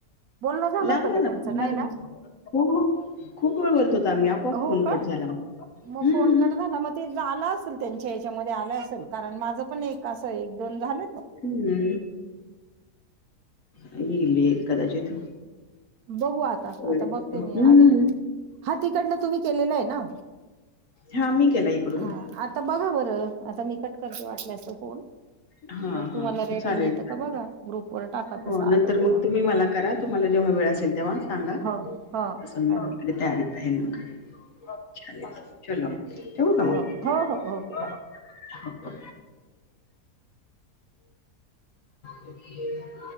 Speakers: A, on the right; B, on the left.
A: बोलणं झालं
B: लागला
A: होतं का
B: ना
A: त्यांचं
B: फोन
A: नाही
B: लागला,
A: ना
B: हो हो खूप वेळ बोलत होत आम्ही, आपोआप
A: हो
B: फोन
A: का
B: कट झाला हम्म
A: मग फोन कट झाला मग ते आला असेल त्यांच्या याच्यामध्ये आलं असेल कारण माझं पण एक कसं एक दोन झाल
B: हम्म येईल येईल कदाचित,
A: बघू आता,
B: हम्म
A: आता बघते मी आलेले, हा तिकडन तुम्ही केलेलं आहे ना
B: हा मी केला इकडून
A: हा आता बघा बरं, आता मी कट करते वाटल्या अस फोन,
B: हा
A: मग
B: हा
A: तुम्हाला रेटिंग
B: चालेल
A: येत
B: चालेल
A: बघा ग्रुप वर टाका
B: हो
A: तसं आलं
B: नंतर
A: तर मग
B: तुम्ही मला कराल? तुम्हाला जेव्हा वेळ असेल तेव्हा? सांगा,
A: हो हो
B: तस मी
A: चालेल
B: इकडे तयारीत राहील मग चालेल चालो
A: हो
B: ठेऊ का म
A: हो हो ओके
B: हो
A: बाय
B: हो बाय <unintelligible>